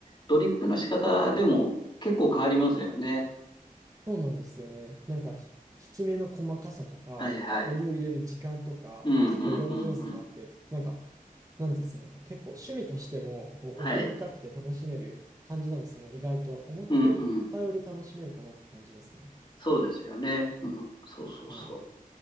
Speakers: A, on the left (about 30°); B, on the right (about 20°).
A: ドリップの仕方でも結構変わりますよね。
B: そうなんですよね。なんか、ひ引き目の細かさとか、
A: はい、はい。
B: お湯を入れる時間とか、
A: うん、
B: 結構いろんな要素があって、
A: うん、うん、うん。
B: なんか、なんですかね、結構趣味としてもこう奥深くて楽しめる感じなんですね。
A: はい。
B: 意外と思ってたより楽しめるかなって感じですね。
A: うん、うん。そうですよね。うん、そうそうそう。
B: はい。